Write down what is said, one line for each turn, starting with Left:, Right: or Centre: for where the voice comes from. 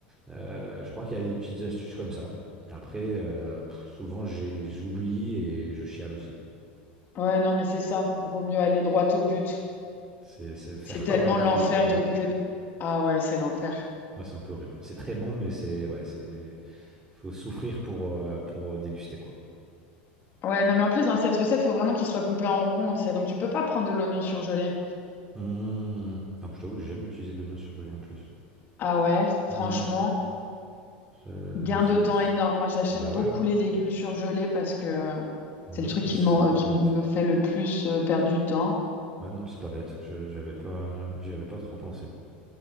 Right: Euh, je crois qu'il y a des petites astuces comme ça. Après, euh, pff, souvent, j'ai, j'oublie et je chiale aussi.
Left: Ouais, non, mais c'est ça. Vaut mieux aller droit au but.
Right: C'est c'est faire
Left: C'est tellement
Right: corps avec
Left: l'enfer
Right: l'oignon, quoi.
Left: de couper. Ah ouais, c'est l'enfer.
Right: Ah, c'est un peu horrible. C'est très bon, mais c'est... Ouais, c'est... Faut souffrir pour, euh, pour euh, déguster, quoi.
Left: Ouais, non, mais en plus, dans cette recette, il faut vraiment qu'il soit coupé en rond, tu sais. Donc, tu peux pas prendre de l'oignon surgelé.
Right: Mmh. Ah, je t'avoue que j'ai jamais utilisé de l'oignon surgelé, en plus.
Left: Ah ouais,
Right: Non.
Left: franchement,
Right: Euh,
Left: gain
Right: c'est-
Left: de temps
Right: c'est-
Left: énorme. Moi, j'achète
Right: Bah
Left: beaucoup
Right: ouais.
Left: les légumes surgelés parce que
Right: Mmh,
Left: c'est le truc qui
Right: c'est
Left: m'en-
Right: pas
Left: euh, qui
Right: bête.
Left: me fait le plus euh, perdre du temps.
Right: Ouais, non, mais c'est pas bête. Je, j'y avais pas, j'y avais pas trop pensé